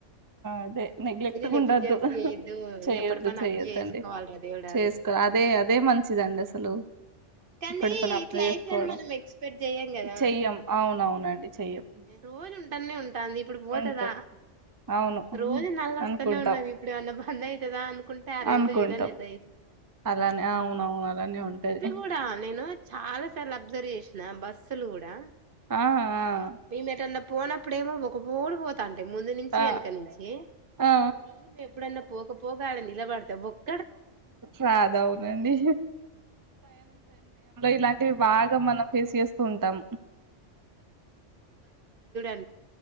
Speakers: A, on the right; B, on the right.
A: అదే నెగ్లెట్ గా
B: నెగ్లిజెన్స్
A: ఉండద్దు
B: చేయొద్దు
A: చెయ్యొద్దు
B: ఎప్పటి పని
A: చెయొద్దండి
B: అప్పుడే చేసుకోవాలిరా దేవుడా
A: చేసుకో
B: అని
A: అదే అదే మంచిదండి అసలు
B: కానీ
A: ఇప్పటి పని అప్పుడు
B: క్లైమేట్
A: చేసుకోవడం
B: మనం ఎక్స్పెక్ట్ చేయం కదా
A: చెయ్యం అవునవునండి చెయ్యం
B: రోజుంట థానే ఇప్పుడు పోతుదా
A: అంతే అవును
B: రోజు నల్ల వస్తానే
A: అనుకుంటాం
B: ఉన్నది ఇప్పుడు ఏమన్నా బంద్ అవుతుందా అనుకుంటే రెండు
A: అనుకుంటాం
B: చూడండి ఎట్టచేస్తుందో
A: అలానే అవునవును అలానే ఉంటది
B: ఇప్పుడు కూడా నేను చాలా సార్లు అబ్జర్వ్ చేసిన బస్సులు కూడా
A: ఆ ఆ
B: మేము ఎటన్నా పోనప్పుడేమో ఒక పోడి పోతాను ముందు నుంచి
A: ఆ
B: వెనక నుంచి
A: ఆ
B: మేము ఎప్పుడన్నా పోకపోక ఇలా పడుతే బుక్
A: రాద అవునండి ఇలా అ బాగా మనం ఫేస్ చేస్తూ ఉంటాం
B: లె